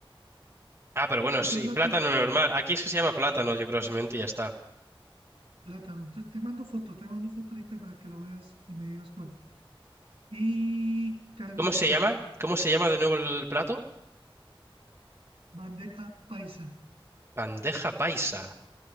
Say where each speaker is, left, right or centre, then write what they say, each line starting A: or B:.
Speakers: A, on the right; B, on the right.
A: Ah, pero bueno,
B: Pues
A: sí,
B: al rato,
A: plátano normal. Aquí es que se llama plátano, yo creo, simplemente y ya está.
B: plátano. Entonces te mando foto, te mando foto ahorita para que lo veas y me digas cuál. Y carne
A: ¿Cómo
B: molida,
A: se llama? ¿Cómo se llama de nuevo el plato?
B: bandeja paisa,
A: Bandeja paisa.